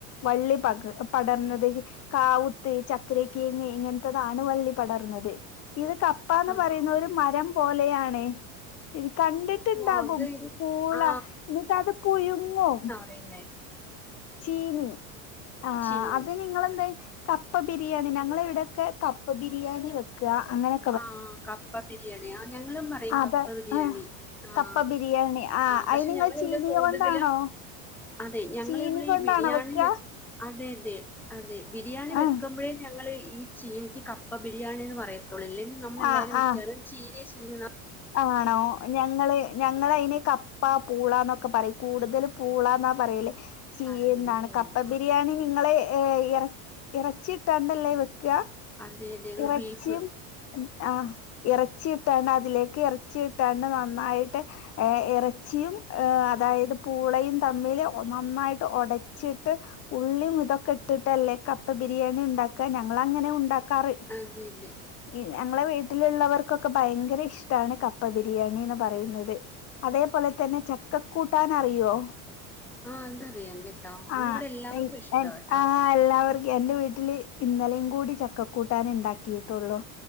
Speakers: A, on the left (about 35°); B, in the centre.
A: വള്ളി പകർ പടർന്നെത് കാവുത്ത് ചക്കരെക്കേങ്ങ് ഇങ്ങൻത്തതാണ് വള്ളി പടർന്നത് ഇത് കപ്പാന്ന്
B: ആണോ
A: പറെന്നൊര് മരം പോലെയാണ് കണ്ടിട്ട്ണ്ടാകും
B: ഓ അത്
A: പൂള
B: ആ
A: എന്നിട്ടത് പുയുങ്ങും
B: പിന്നെ
A: ചീനി ആഹ്
B: ചീനി
A: അത് നിങ്ങളെന്തെ കപ്പ ബിരിയാണി ഞങ്ങള ഇവിടെക്കെ കപ്പ ബിരിയാണി വെക്ക്‌ക അങ്ങനെ
B: ആഹ് കപ്പ ബിരിയാണി ആ ഞങ്ങളും പറേം
A: അതെ
B: കപ്പ ബിരിയാണി
A: ആ
B: ആഹ്
A: കപ്പ ബിരിയാണി ആ
B: ആഹ് പഷെ
A: അയിന് നിങ്ങൾ
B: ഞങ്ങളിവ്ടെ
A: ചീനി
B: കൂട്തലും
A: കൊണ്ടാണോ
B: അതെ ഞങ്ങളിവ്ടീ
A: ചീനി കൊണ്ടാണോ
B: ബിരിയാണി
A: വെക്കാ
B: വെ അതെ അതെ അതെ ബിരിയാണി വെക്കുമ്പഴേ
A: ആഹ്
B: ഞങ്ങള് ഈ ചീനിക്ക് കപ്പ ബിരിയാണിന്ന് പറയത്തൊള് ഇല്ലെ നമ്മളെല്ലാരും
A: ആഹ്
B: മിക്കാറും
A: ആഹ്
B: ചീനിയെ ചീനീന്ന
A: ആണോ ഞങ്ങള് ഞങ്ങള
B: അതെ
A: അയ്നെ ക പ്പാ പൂളാന്നൊക്ക പറേം കൂട്തല് പൂളാന്നാ പറയല് ചീന്നാണ്
B: പറയുന്നല്ലേ
A: കപ്പ
B: ആഹ്
A: ബിരിയാണി നിങ്ങള് എ എറ എറച്ചി ഇട്ടാണ്ടല്ലേ വെക്കക
B: അതെ അതെ ഇങ്ങള്
A: ഇറച്ചിം
B: ബീഫ്
A: ഉം ആഹ് എറച്ചി ഇട്ടാണ ഇതിലേക്ക് ഇറച്ചി ഇട്ടാണ്ട് നന്നായിട്ട് ഏഹ് ഇറച്ചിയും ആഹ് അതായത് പൂളെയും തമ്മില് ഒ നന്നായിട്ട് ഒടച്ചിട്ട് ഉള്ളിയും ഇതൊക്ക ഇട്ടിട്ടല്ലേ കപ്പ ബിരിയാണി ഉണ്ടാക്കാ ഞങ്ങള് അങ്ങനെയാ ഉണ്ടാക്കാറ്
B: അത് തന്നെ
A: ഇ ഞങ്ങള വീട്ടിലുള്ളവർക്കൊക്കെ ഭയങ്കര ഇഷ്ടാണ് കപ്പ ബിരിയാണീന്ന് പറയുന്നത് അതേപോലത്തന്നെ ചക്കക്കൂട്ടാനറിയോ?
B: ആഹ് അതറിയാം കേട്ടോ
A: ആഹ്
B: അതിവിടെ എല്ലാവർക്കും ഇഷ്ടാ
A: <unintelligible>
B: കേട്ടോ
A: ആഹ് എല്ലാവർ എന്റ വീട്ടില് ഇന്നലെയും കൂടി ചക്കക്കൂട്ടാനിണ്ടാക്കീട്ടൊള്ളു